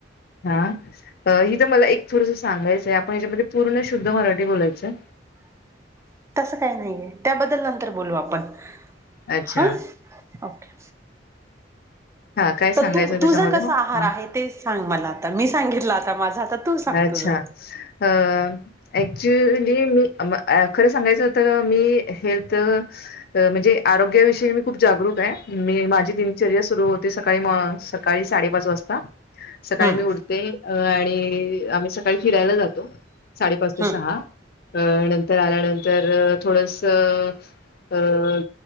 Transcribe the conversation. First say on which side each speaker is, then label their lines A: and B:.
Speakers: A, on the left; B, on the right.
A: हा हि तर मला एक थोडस सांगायचंय आपण याच्यामध्ये पूर्ण शुद्ध मराठी बोलायचं
B: ह तसं काय नाहीय त्याबद्दल नंतर बोलू आपण
A: अच्छा
B: हा ओके
A: हा काय सांगायचं
B: तर तू
A: त्याच्यामध्ये
B: तुझा कसा
A: हो हा
B: आहार आहे ते सांग मला आता मी सांगितलं आता माझा तू सांग
A: अच्छा!
B: तुझं
A: अ ऍक्चुली मी, खरं सांगायचं तर मी हेल्थ म्हणजे आरोग्याविषयी मी खूप जागरूक मी माझी दिनचर्या सुरु होते सकाळी म सकाळी साडेपाच वाजता. सकाळी
B: हम्म
A: मी उठते आणि आम्ही सकाळी फिरायला जातो. साडेपाच ते
B: हम्म
A: सहा अ नंतर आल्यानंतर थोडंसं अ